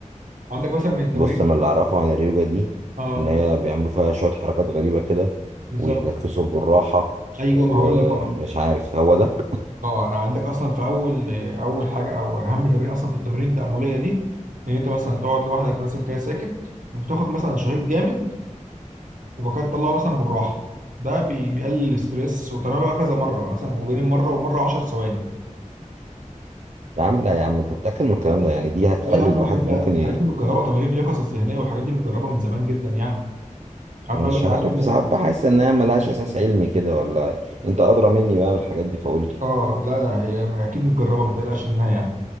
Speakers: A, on the right; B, on the right.
A: عندك مثلا من التمارين
B: بص انا اللي اعرفه عن اليوجا دي
A: اه
B: ان هي بيعملوا فيها شويه حركات غريبه كده
A: بالظبط
B: ويتنفسوا بالراحه
A: ايوه
B: ومش
A: ما هقول لك أهو بقى
B: عارف هو ده
A: اه يعني عندك اصلا في اول اول حاجه او اهم تمرين اصلا في التمارين التامليه دي ان انت مثلا تقعد لوحدك مثلا كده ساكت وتاخد مثلا شهيق جامد وبعد كده تطلعه مثلا بالراحه ده بي- بيقلل الاستريس وتمام بقى كذا مره يعني مثلا وبين مره ومره 10 ثواني
B: يا عم لا يا عم انت متأكد من الكلام ده يعني دي هتخلي
A: اه يا عم
B: الواحد
A: الحاجات دي
B: ممكن
A: الحاجات
B: ي...
A: دي متجربه تمارين اليقظه الذهنيه والحاجات دي متجربه من زمان جدا يعني حتى
B: مش
A: اقول لك انا
B: عارف
A: عايز اقول لك
B: ساعات بحس انها ملهاش اساس علمي كده ولا انت ادرى مني بقى بالحاجات دي فقول لي
A: اه لا لا هي اكيد متجربه ما تقلقش منها يعني